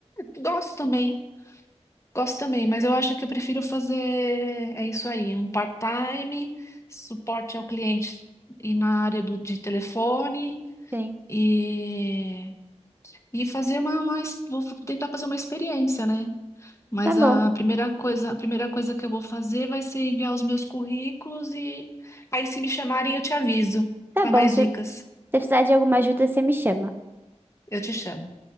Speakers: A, on the left; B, on the right.
A: gosto também. Gosto também, mas eu acho que eu prefiro fazer, é isso aí, um part-time, suporte ao cliente e na área do, de telefone
B: Sim.
A: e, e fazer uma, uma, es- vou tentar fazer uma experiência, né? Mas
B: Tá bom,
A: a primeira coisa, a primeira coisa que eu vou fazer vai ser enviar os meus currículos e aí se me chamarem eu te aviso
B: tá
A: para
B: bom.
A: mais
B: Se
A: dicas.
B: se precisar de alguma ajuda, você me chama.
A: Eu te chamo.